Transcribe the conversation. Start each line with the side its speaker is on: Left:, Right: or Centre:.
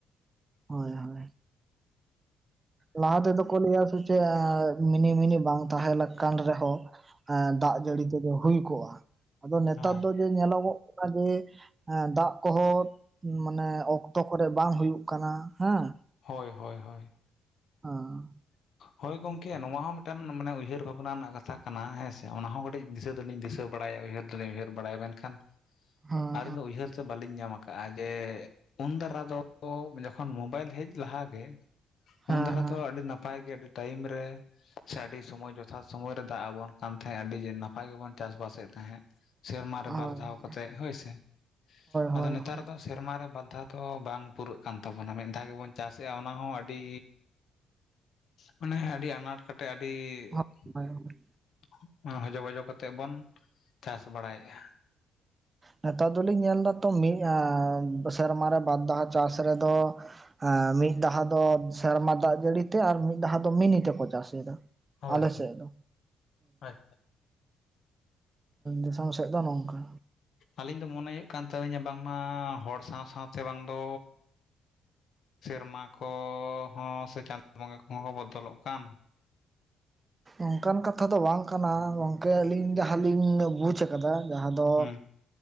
Right: ᱦᱳᱭ ᱦᱳᱭ ᱞᱟᱦᱟ ᱛᱮᱫᱚ ᱠᱚ ᱞᱟᱹᱭᱟ ᱥᱮ ᱪᱮᱫ ᱢᱤᱱᱤᱢᱤᱱᱤ ᱵᱟᱝ ᱛᱟᱦᱮᱸ ᱞᱮᱠᱟᱱ ᱨᱮᱦᱚᱸ ᱼᱼ ᱮᱸ ᱫᱟᱜ ᱡᱟᱹᱲᱤ ᱛᱮᱜᱮ ᱦᱩᱭ ᱠᱚᱜᱼᱟ᱾ ᱟᱫᱚ ᱱᱮᱛᱟᱨ
Left: ᱦᱮᱸ
Right: ᱫᱚ ᱡᱮ ᱧᱮᱞᱚᱜᱚᱜ ᱠᱟᱱᱟ ᱡᱮ ᱼᱼ ᱮᱸ ᱫᱟᱜ ᱠᱚᱦᱚᱸ ᱢᱟᱱᱮ ᱚᱠᱛᱚ ᱠᱚᱨᱮ ᱵᱟᱝ ᱦᱩᱭᱩᱜ ᱠᱟᱱᱟ ᱦᱮᱸ᱾
Left: ᱦᱳᱭ ᱦᱳᱭ ᱦᱳᱭ
Right: ᱟᱨ <inaudible>
Left: ᱦᱳᱭ ᱜᱚᱝᱠᱮ ᱱᱚᱣᱟ ᱦᱚᱸ ᱢᱤᱫᱴᱮᱱ ᱢᱟᱱᱮ ᱩᱭᱦᱟᱹᱨ ᱵᱷᱟᱵᱽᱱᱟ ᱨᱮᱱᱟᱜ ᱠᱟᱛᱷᱟ ᱠᱟᱱᱟ᱾ ᱦᱮᱸᱥᱮ ᱚᱱᱟ ᱦᱚᱸ ᱠᱟᱹᱴᱤᱡ ᱼᱼ ᱫᱤᱥᱟᱹ ᱫᱩᱞᱤᱧ ᱫᱤᱥᱟᱹ ᱵᱟᱲᱟᱭᱟ ᱩᱭᱦᱟᱹᱨ ᱫᱩᱞᱤᱧ ᱩᱭᱦᱟᱹᱨ ᱵᱟᱲᱟᱭᱟ। ᱢᱮᱱᱠᱷᱟᱱ
Right: ᱦᱮᱸ
Left: ᱟᱹᱞᱤᱧ ᱫᱚ ᱩᱭᱦᱟᱹᱨ ᱼᱼ <inaudible> ᱵᱟᱹᱞᱤᱧ ᱧᱟᱢ ᱟᱠᱟᱟᱜᱼᱟ ᱡᱮ ᱼᱼ ᱩᱱ ᱫᱷᱟᱨᱟ ᱫᱚ ᱡᱚᱠᱷᱚᱱ ᱢᱚᱵᱟᱭᱤᱞ ᱦᱮᱡ ᱞᱟᱦᱟᱜᱮ
Right: ᱦᱮᱸ
Left: ᱩᱱ ᱫᱷᱟᱨᱟ
Right: ᱦᱮᱸ ᱦᱮᱸ
Left: ᱫᱚ ᱟᱹᱰᱤ ᱱᱟᱯᱟᱭ ᱼᱼ <inaudible> ᱜᱮ ᱟᱹᱰᱤ ᱴᱟᱭᱤᱢ ᱨᱮ ᱼᱼ ᱥᱮ ᱟᱹᱰᱤ ᱥᱚᱢᱚᱭ ᱡᱚᱛᱷᱟᱛ ᱥᱚᱢᱚᱭ ᱨᱮ ᱫᱟᱜ ᱟᱵᱚᱱ ᱠᱟᱱ ᱛᱟᱦᱮᱸᱜ ᱟᱹᱰᱤ ᱱᱟᱯᱟᱭ ᱜᱮᱵᱚᱱ ᱪᱟᱥ ᱵᱟᱥᱮᱫ ᱛᱟᱦᱮᱸᱫ᱾ ᱥᱮᱨᱢᱟ
Right: ᱦᱳᱭ
Left: ᱨᱮ ᱵᱟᱨ ᱫᱷᱟᱣ ᱠᱟᱛᱮᱜ ᱦᱳᱭ ᱥᱮ᱾
Right: ᱦᱳᱭ
Left: ᱟᱫᱚ ᱱᱮᱛᱟᱨ
Right: ᱦᱳᱭ
Left: ᱫᱚ ᱥᱮᱨᱢᱟ ᱨᱮ ᱵᱟᱨ ᱫᱷᱟᱣ ᱫᱚ ᱵᱟᱝ ᱯᱩᱨᱟᱹᱜ ᱠᱟᱱ ᱛᱟᱵᱚᱱᱟ ᱢᱤᱫ ᱫᱷᱟᱣ ᱜᱮᱵᱚᱱ ᱪᱟᱥᱮᱫᱼᱟ ᱚᱱᱟ ᱦᱚᱸ ᱟᱹᱰᱤ ᱢᱟᱱᱮ ᱟᱹᱰᱤ ᱟᱱᱟᱴ ᱠᱟᱴᱮ ᱟᱹᱰᱤᱻᱤᱻᱤ
Right: ᱦᱳᱭ ᱦᱳᱭ ᱦᱳᱭ᱾
Left: ᱦᱚᱡᱚ ᱵᱚᱡᱚ ᱠᱟᱛᱮ ᱵᱚᱱ ᱪᱟᱥ ᱵᱟᱲᱟᱭᱮᱫᱼᱟ᱾
Right: ᱱᱮᱛᱟᱨ ᱫᱚᱞᱤᱧ ᱧᱮᱞ ᱮᱫᱟ ᱛᱚ ᱢᱤᱫ ᱮ ᱥᱮᱨᱢᱟ ᱨᱮ ᱵᱟᱨ ᱫᱷᱟᱣ ᱪᱟᱥ ᱨᱮ <unintelligible> ᱛᱚ ᱮᱸ ᱢᱤᱫ ᱫᱷᱟᱣ ᱫᱚ ᱥᱮᱨᱢᱟ ᱫᱟᱜ ᱡᱟᱹᱲᱤ ᱛᱮ ᱟᱨ ᱢᱤᱫ ᱫᱷᱟᱣ ᱫᱚ ᱢᱤᱱᱤ ᱛᱮᱠᱚ ᱪᱟᱥ ᱮᱫᱟ᱾
Left: ᱦᱳᱭ
Right: ᱟᱞᱮ
Left: ᱦᱳᱭ
Right: ᱥᱮᱫ ᱫᱚ <inaudible>
Left: ᱟᱪᱪᱷᱟ
Right: ᱫᱤᱥᱚᱢ ᱥᱮᱫ ᱫᱚ ᱱᱚᱝᱠᱟ
Left: ᱟᱹᱞᱤᱧ ᱫᱚ ᱢᱚᱱᱮ ᱦᱩᱭᱩᱜ ᱠᱟᱱ ᱛᱟᱹᱞᱤᱧᱟ ᱵᱟᱝᱢᱟ ᱦᱚᱲ ᱥᱟᱶ ᱥᱟᱶᱛᱮ ᱵᱟᱝ ᱫᱚ᱾ ᱥᱮᱨᱢᱟ ᱠᱚᱸᱻᱦᱚᱸ ᱥᱮ ᱪᱟᱸᱫᱳ ᱵᱚᱸᱜᱟ ᱠᱚᱦᱚᱸ ᱠᱚ ᱵᱚᱫᱚᱞᱚᱜ ᱠᱟᱱ᱾
Right: ᱚᱝᱠᱟᱱ ᱠᱟᱛᱷᱟ ᱫᱚ ᱵᱟᱝ ᱠᱟᱱᱟ ᱜᱚᱝᱠᱮ ᱟᱹᱞᱤᱧ ᱡᱟᱦᱟᱸᱞᱤᱧ ᱵᱩᱡᱽ <unintelligible> ᱡᱟᱦᱟᱸ ᱫᱚ
Left: ᱦᱩᱸ